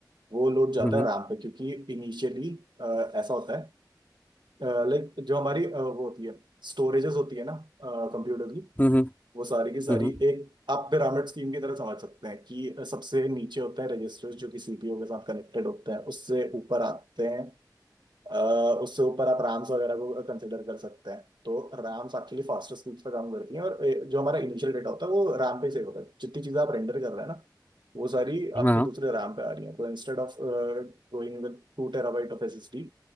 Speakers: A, on the right (about 80°); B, on the left (about 25°).
A: वो लोड जाता
B: हम्म
A: है रैम पे क्योंकि इनिशियली ऐसा होता है लाइक जो हमारी अ, वो होती है स्टोरेजेस होती है ना कंप्यूटर की
B: हम्म हम्म
A: वो सारी की सारी
B: हम्म, हम्म,
A: एक आप पिरामिड स्कीम की तरह समझ सकते हैं कि सबसे नीचे होता है रजिस्टर्स जो कि सीपीयू के साथ कनेक्टेड होते हैं उससे ऊपर आते हैं अ, उससे ऊपर आप रैम्स वगैरह को कंसिडर कर सकते हैं तो रैम्स एक्चुअली फास्टर स्पीड्स पे काम करती हैं और ए, जो हमारा इनिशियल डेटा होता है वो रैम पे सेव होता है जितनी चीज़ें आप रेंडर कर रहे हैं ना वो सारी
B: हम्म,
A: आपकी
B: हाँ
A: दूसरे रैम पे आ रही है तो instead of going with टू terabyte of SSD